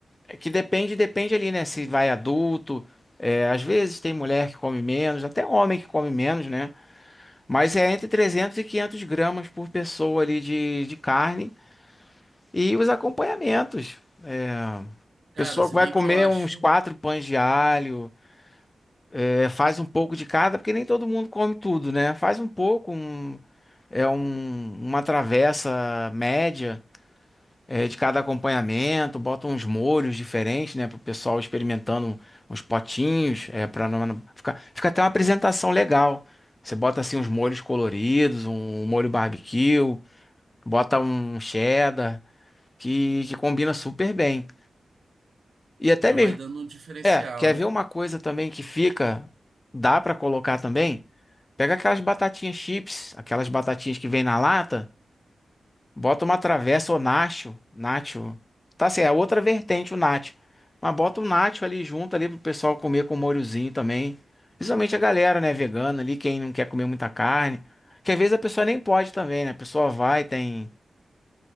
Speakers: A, on the left (about 25°); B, on the right (about 60°).
A: É Que depende, depende ali, né? Se vai adulto. é, às vezes tem mulher que come menos, até homem que come menos, né? Mas é entre 300 e 500 gramas por pessoa ali de, de carne. E os acompanhamentos. É, a
B: cara,
A: pessoa
B: se
A: vai
B: bem
A: comer
B: que eu acho,
A: uns quatro pães de alho, é, faz um pouco de cada, porque nem todo mundo come tudo, né? Faz um pouco, um, é um- uma travessa média. é, de cada acompanhamento, bota uns molhos diferentes, né, para o pessoal experimentando uns potinhos, é, para não, não- ficar, fica até uma apresentação legal. Você bota assim uns molhos coloridos, um um molho barbecue, bota um cheddar que, que combina super bem. E até
B: já
A: mesmo,
B: vai dando um diferencial,
A: é, quer
B: né?
A: ver uma coisa também que fica, dá para colocar também? Pega aquelas batatinhas chips, aquelas batatinhas que vem na lata. Bota uma travessa ou nacho, nacho. Tá certo, é outra vertente o nacho. Mas bota o nacho ali junto ali pro pessoal comer com molhozinho também. Principalmente a galera, né, vegana ali, quem não quer comer muita carne. Que às vezes a pessoa nem pode também, né? A pessoa vai, tem...